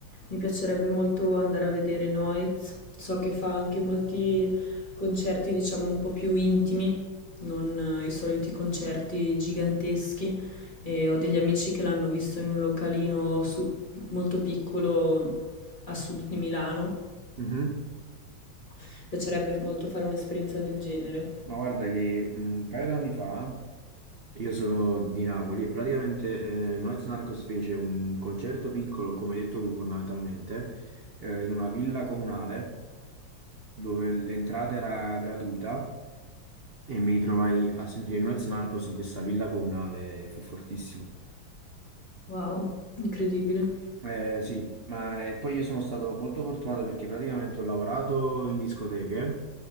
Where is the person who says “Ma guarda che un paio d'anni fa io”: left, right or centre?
Right